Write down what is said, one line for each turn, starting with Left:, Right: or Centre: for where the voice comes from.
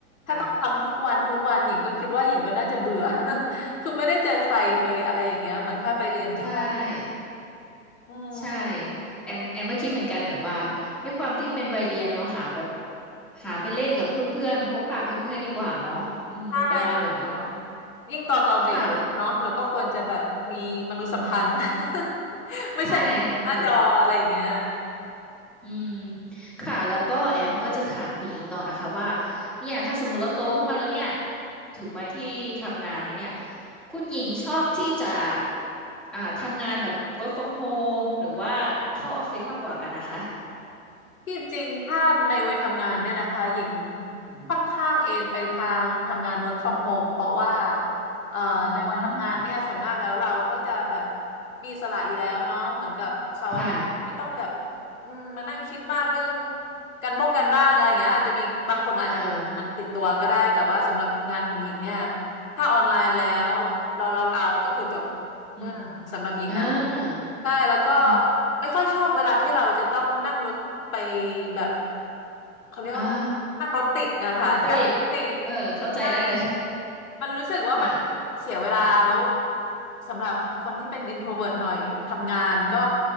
Left: ถ้าต้องทำทุกวันทุกวันหญิงก็คิดว่าหญิงก็น่าจะเบื่อ
Centre: ค่ะ
Left: <laughs> คือไม่ได้เจอใครเลยอะไรอย่างเงี้ยเหมือนถ้าไปเรียนที่ห้อง
Centre: จริง ใช่
Left: อืม
Centre: ใช่แอมแอมก็คิดเหมือนกันแบบว่าด้วยความที่เป็นวัยเรียนเราหาแบบหาไปเล่นกับเพื่อนๆพบปะเพื่อนๆดีกว่าเนาะอืมประมาณแบบนี้
Left: ใช่ค่ะยิ่งตอนเราเด็กเนาะเราก็ควรจะแบบมีมนุษยสัมพันธ์
Centre: ค่ะ
Left: <laughs> ไม่ใช่หน้าจออะไรอย่างเงี้ย
Centre: ใช่ค่ะคุณหญิง อืม ค่ะ แล้วก็แอมก็จะถามคุณหญิงต่อนะคะว่า เนี่ย ถ้าสมมติเราโตขึ้นมาแล้วเนี่ย ถึงวัยที่ทำงานแล้วเนี่ย คุณหญิงชอบที่จะอ่าทำงานแบบ work from home หรือว่าเข้าออฟฟิศมากกว่ากันนะคะ
Left: ที่จริงถ้าในวัยทำงานเนี่ยนะคะหญิง
Centre: อืม
Left: ค่อนข้างเอนไปทางทำงาน work from home เพราะว่าเอ่อในวัยทำงานเนี่ยส่วนมากแล้วเราก็จะแบบ
Centre: อืม
Left: มีอิสละอยู่แล้วเนาะเหมือนกับเสาร์อาทิตย์ไม่ต้องแบบ
Centre: ค่ะ
Left: อืมมานั่งคิดมากเรื่องการบ้งการบ้านอะไรอย่างเงี้ยอาจจะมีบางคนอาจจะมีงานติดตัวก็ได้แต่ว่าสำหรับงานของหญิงเนี่ย
Centre: เออ
Left: ถ้าออนไลน์แล้วเราล็อกเอาท์ก็คือจบ
Centre: อืม
Left: อืมสำหรับหญิงนะ
Centre: เออ
Left: ใช่แล้วก็
Centre: อืม
Left: ไม่ค่อยชอบเวลาที่เราจะต้องนั่งรถไปแบบเขาเรียกว่าอะไรนั่งรถติดนะคะใช่
Centre: อ่ารถติด
Left: <laughs>
Centre: เออ เข้าใจได้เลย
Left: มันรู้สึกว่ามัน
Centre: ค่ะ
Left: เสียเวลาแล้วสำหรับคนที่เป็น introvert หน่อยทำงานก็